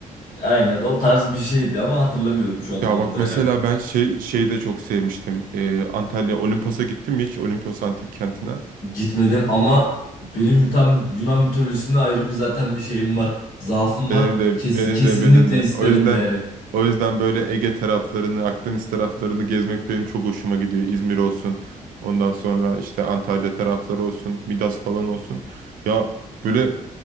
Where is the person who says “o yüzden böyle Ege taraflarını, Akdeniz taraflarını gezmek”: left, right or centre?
Right